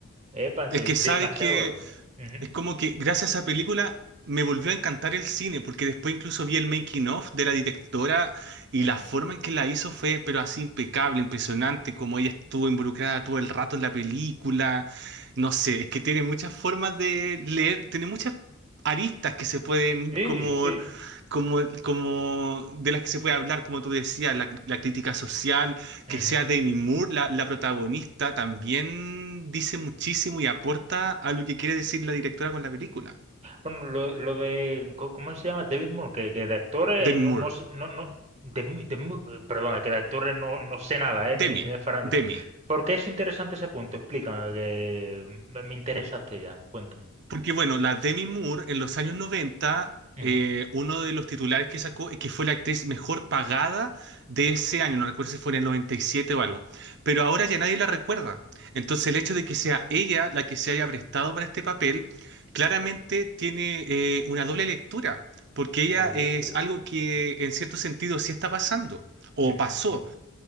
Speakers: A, on the right; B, on the right.
A: Eh, Pancho,
B: Es que
A: demasiado
B: sabes que
A: bueno. Ujú,
B: Es como que gracias a esa película me volvió a encantar el cine, porque después incluso vi el making of de la directora y
A: ujú.
B: la forma en que la hizo fue, pero así impecable, impresionante, como ella estuvo involucrada todo el rato en la película. No sé, es que tiene muchas formas de leer, tiene muchas aristas que se pueden
A: Sí,
B: como...
A: sí.
B: Como, como de las que se puede hablar, como tú decías, la, la crítica social,
A: Ujú.
B: que sea Demi Moore la, la protagonista también dice muchísimo y aporta a lo que quiere decir la directora con la película.
A: Bueno, lo, lo de, co- ¿cómo se llama? David Moore, que, que de actores
B: Demi
A: no,
B: Moore.
A: no, sé- no, no de, mu- de mu- eh, perdona, que de actores no, no sé nada, eh, ni,
B: Demi.
A: ni de farándula.
B: Demi.
A: ¿Por qué es interesante ese punto? Explícame, que me, me interesaste ya, cuéntame.
B: Porque bueno, la Demi Moore en los años 90,
A: Ujú.
B: eh, uno de los titulares que sacó es que fue la actriz mejor pagada de ese año, no recuerdo si fue en el 97 o algo, pero ahora ya nadie la recuerda. Entonces el hecho de que sea ella la que se haya prestado para este papel, claramente tiene eh, una doble lectura, porque ella
A: Oh.
B: es algo que en cierto sentido sí está pasando, o
A: Ujú,
B: pasó.
A: ujú,